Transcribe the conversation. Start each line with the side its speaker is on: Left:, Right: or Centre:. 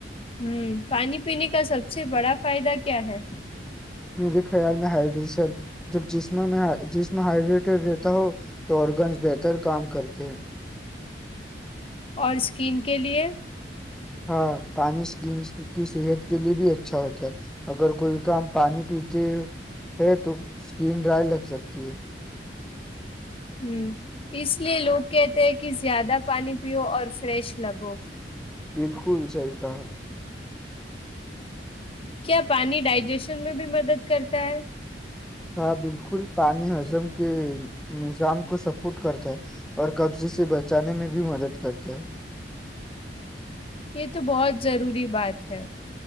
Left: ہوں پانی پینے کا سب سے بڑا فائدہ کیا ہے
Centre: میرے خیال میں ہائیڈریشن جب جسم ہائیڈریٹڈ رہتا ہو تو آگنز بہتر کام کرتے ہیں <unintelligible>
Left: اور سکین کے لئے
Centre: ہاں پانی اسکیمس کی صحت کے لیے بھی اچھا ہوتا ہے اگر کوئی کام پانی <unintelligible> پچ <unintelligible> تو اسکین ڈرائی لگ سکتی ہے <unintelligible>
Left: ہ اس لیے لوگ کہتے ہیں کہ زیادہ پانی پیو اور فریش لگو <unintelligible>
Centre: بالکل <unintelligible> جی کاا <unintelligible>
Left: کیا پانی ڈائجیشن میں بھی مدد کرتا ہے
Centre: ہاں بالکل پانی ہضم کے نظام کو سپورٹ کرتا ہے اور قبضے سے بچانے میں بھی مدد کرتا ہے
Left: یہ تو بہت ضروری بات ہے